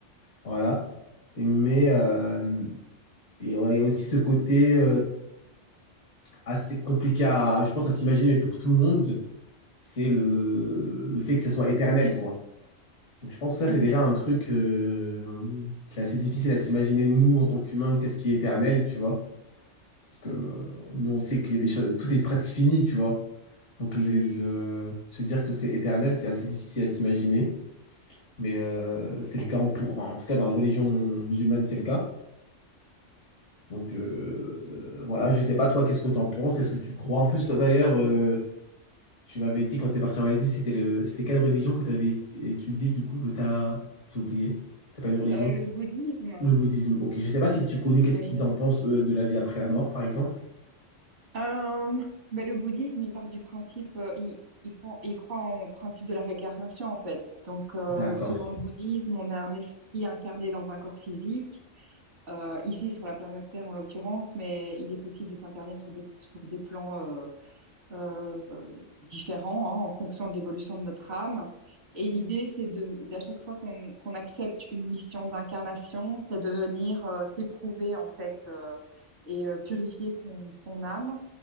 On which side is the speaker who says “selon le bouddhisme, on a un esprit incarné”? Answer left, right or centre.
Right